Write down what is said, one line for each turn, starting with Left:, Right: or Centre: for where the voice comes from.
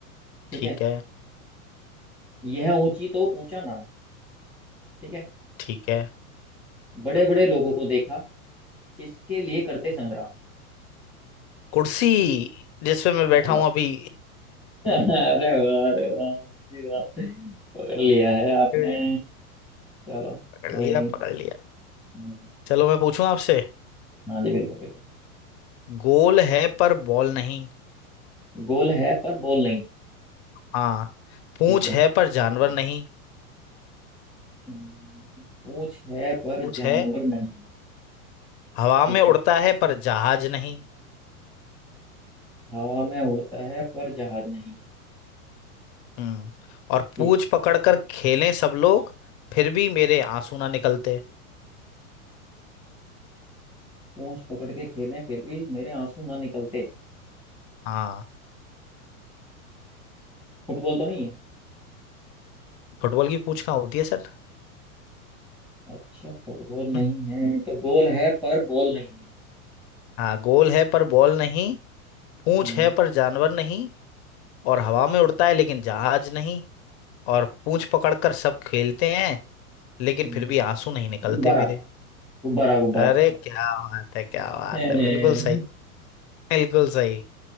Centre: ठीक
Left: ठीक
Centre: है
Left: है
Centre: यह ऊंची तो ऊंचा नाम ठीक है
Left: ठीक है
Centre: बड़े बड़े लोगों को देखा इसके लिए करते संग्राम
Left: कुर्सी जिसपे मैं बैठा
Centre: अ,
Left: हूं अभी
Centre: <laughs> अरे वाह अरे वाह जी वाह पकड़ लिया है आपने
Left: ए,
Centre: चलो
Left: पकड़
Centre: कोई
Left: लिया
Centre: नहीं
Left: पकड़ लिया
Centre: हम्म,
Left: चलो मैं पूछूं आपसे
Centre: हाँ जी बिल्कुल बिल्कुल
Left: गोल है पर बॉल नहीं
Centre: गोल है पर बोल नहीं
Left: हाँ पूंछ
Centre: ठीक है
Left: है पर जानवर नहीं
Centre: हम्म, पूंछ है पर
Left: पूंछ
Centre: जानवर
Left: है
Centre: नहीं
Left: हवा
Centre: ठीक
Left: में उड़ता
Centre: है
Left: है पर जहाज नहीं
Centre: हवा में उड़ता है पर जहाज नहीं
Left: हम्म और
Centre: ठीक
Left: पूंछ पकड़कर खेलें सब लोग फिर भी मेरे आंसू ना निकलते
Centre: पूंछ पकड़ के खेलें फिर भी मेरे आंसू ना निकलते
Left: हाँ
Centre: फुटबॉल तो नहीं है
Left: फुटबॉल की पूंछ कहाँ होती है सर
Centre: अच्छा फुटबॉल नहीं
Left: <laughs>
Centre: है तो गोल है पर बॉल नहीं है
Left: हाँ गोल है पर बॉल नहीं पूंछ
Centre: हम्म
Left: है पर जानवर नहीं और हवा में उड़ता है लेकिन जहाज नहीं और पूंछ पकड़कर सब खेलते हैं लेकिन
Centre: हम्म,
Left: फिर भी आंसू नहीं निकलते
Centre: गुब्बारा
Left: मेरे
Centre: गुब्बारा गुब्बारा
Left: अरे क्या बात है क्या बात
Centre: <laughs>
Left: है बिल्कुल सही बिल्कुल सही